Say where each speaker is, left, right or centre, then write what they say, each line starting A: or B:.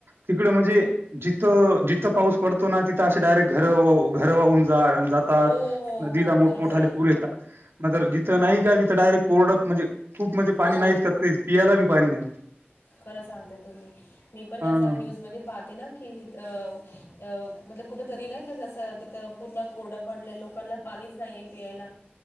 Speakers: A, on the right; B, on the left.
A: तिकड म्हणजे जिथं जिथं पाऊस पडतो ना तिथं असे डायरेक्ट घर घर वाहून जात
B: हो हो
A: नदीला
B: हो
A: मोठमठा
B: बरोबर आहे
A: पूर येतात म जिथं नाही का तिथं डायरेक्ट कोरडप म्हणजे खूप म्हणजे पाणी
B: हो
A: नाहीच कर ते पियला बी पाणी नाही
B: खरं सांगताय तुम्ही मी पण
A: हा
B: असा
A: हा.
B: न्यूज मध्ये पाहते ना कि मणल कुठंंतरी नाही का जसं तिथं पूर्ण कोरडं पडलं आहे लोकांना पाणीच नाही आहे पियायला